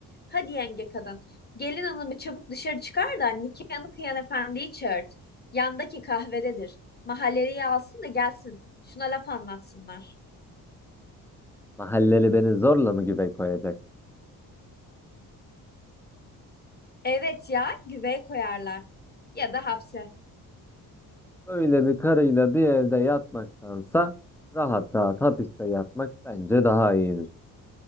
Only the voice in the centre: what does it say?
Mahalleli beni zorla mı güve koyacak?
Böyle bir karıyla bir evde yatmaktansa rahat rahat hapiste yatmak bence daha iyidir.